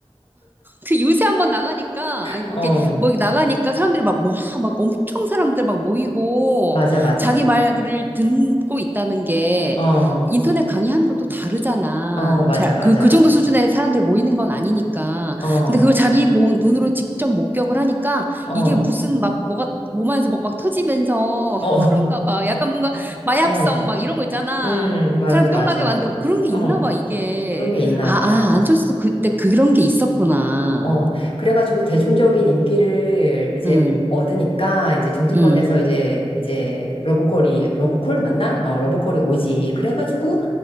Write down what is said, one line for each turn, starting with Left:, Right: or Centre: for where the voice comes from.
Right: 그 요새 한번 나가니까 아니 뭐
Left: 어,
Right: 이게 뭐 이렇게 나가니까 사람들이 막 와 막 엄청 사람들 막 모이고
Left: 맞아, 맞아.
Right: 자기 말을 듣고 있다는 게
Left: 어,
Right: 인터넷 강의하는 걸 또 다르잖아.
Left: 어, 맞아,
Right: 잘
Left: 맞아.
Right: 그, 그 정도 수준의 사람들 모이는 건 아니니까.
Left: 어,
Right: 근데 그걸 자기 뭐 눈으로 직접 목격을 하니까
Left: 어,
Right: 이게 무슨 막 뭐가 몸 안에서 막, 막 터지면서
Left: 어,
Right: <laughs>
Left: <laughs>
Right: 그런가 봐. 약간 뭔가 마약성
Left: 어,
Right: 막 이런 거 있잖아.
Left: 음, 맞아,
Right: 사람 뿅
Left: 맞아.
Right: 가게 만들고 그런 게
Left: 어,
Right: 있나 봐, 이게.
Left: 그런 게 있나
Right: 아,
Left: 봐.
Right: 아, 안철수도 그때 그런 게 있었구나.
Left: 어, 그래가지고 대중적인 인기를 이제
Right: 응,
Left: 얻으니까 이제 정치권에서
Right: 응,
Left: 이제 이제 러브콜이 러브콜 맞나? 어, 러브콜이 오지. 그래가지고